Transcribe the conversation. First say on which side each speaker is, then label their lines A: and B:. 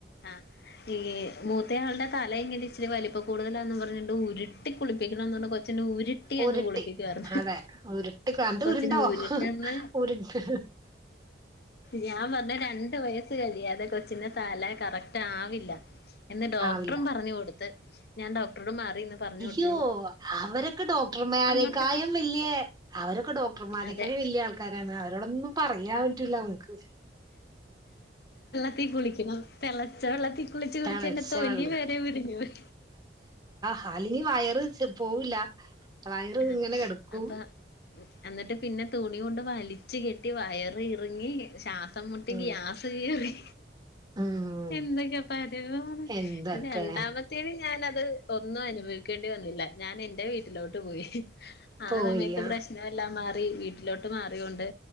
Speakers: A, on the left; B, on the right.
A: ആഹ് ഈ മൂത്തയാളുടെ തല ഇങ്ങനെച്ചിരി വൽപ്പം കൂടുതലാന്ന് പറ്ഞ്ഞിണ്ട് ഉരുട്ടി കുളിപ്പിക്കണംന്നർഞ് കൊഴപ് ച്ഛന് ഉരുട്ടിയങ്ങ്
B: ഉരുട്ടി
A: കുളിപ്പിക്കാർന്ന്
B: അതെ ഉരുട്ടി അത്
A: പ്പച്ഛന്
B: ഉരുണ്ടോ
A: ഉരുട്ട്ന്ന്
B: ഉരുണ്ട്
A: ഞാൻ പറ്ഞ്ഞ് രണ്ട് വയ ചെര്യാതെ കൊച്ചിന്റെ തല കറക്റ്റ് ആവില്ല എന്ന് ഡോക്ടറും
B: ആവില്ല
A: പറ്ഞ്ഞ് കൊട്ത്ത് ഞാൻ ഡോക്ടറോട് മാറിന്ന് പറ്ഞ്ഞ് കൊട്
B: യ്യോ അവരെക്കെ ഡോക്ടർമേരക്കായും
A: കൊടുത്തിട്ട്
B: വെല്ല്യെ അവരൊക്കെ ഡോക്ടർമാരേക്കായും
A: അതെ
B: വെല്ല്യെ ആൾക്കാ ക്കാരാണ് അവരോടൊന്നും പറയാൻ പറ്റൂല നമുക്ക്
A: ത്തീ കുളിക്കെണം തെളച്ച വെള്ളത്തീ കുളിച്ച് കുളിച്ചെൻ്റെ
B: തിളച്ച
A: തൊലി
B: വെള്ളം
A: വെരെ ഉര്ഞ്ഞ്പോയ്
B: താലിനി വയറ് ത് പോവ്വൂല്ല വയർങ്ങനെ
A: ആഹ്
B: കെട്ക്കും
A: അപ്പൊ എന്നിട്ട് പിന്നെ തുണി കൊണ്ട് വലിച്ച് കെട്ടി വയറ് ഇറിങ്ങി ശാ സംമ്മുട്ടി
B: ഉം.
A: ഗ്യാസ് കേറി
B: ഉം.
A: എന്തൊക്കെ പരിതമാണ്
B: എന്തൊക്കെ
A: രണ്ടാമത്തേന് ഞാനത് ഒന്നൊനുഭവിക്കേണ്ടി വന്നില്ല ഞാൻ എന്റെ വീട്ടിലോട്ട് പോയി ആ
B: പോയി
A: സമയത്ത്
B: ആ
A: പ്രെശ് നെല്ലാം മാറി വീട്ടിലോട്ട് മാറ്യോണ്ട്